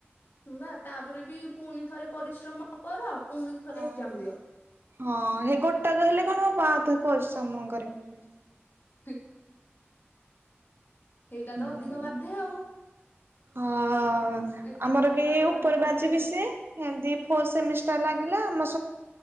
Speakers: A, on the left; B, on the right.
A: ବା ତାପରେ ବି ପୁଣି ଥରେ ପରିଶ୍ରମ କର ପୁଣି ଥରେ
B: ହଁ।
A: ଏକ୍ଜାମ ଦିଅ?
B: ହଁ ହେ ଗୋଟାକ ହେଲେ କଣ ହ ବା ପରିଶ୍ରମ କରିବା
A: ହ ସେଇଟା
B: ହୁଁ।
A: ତ ଅଧିକ ବାର୍ଦ୍ଧେ ଆଉ।
B: ହଁ।
A: ଏତେ
B: ଆମର କି ଉପର
A: ପଢାପଢି
B: ବାଜି ବି ସି ଏମତି ଫୋ ସେମିଷ୍ଟାର ଲାଗିଲା ଆମ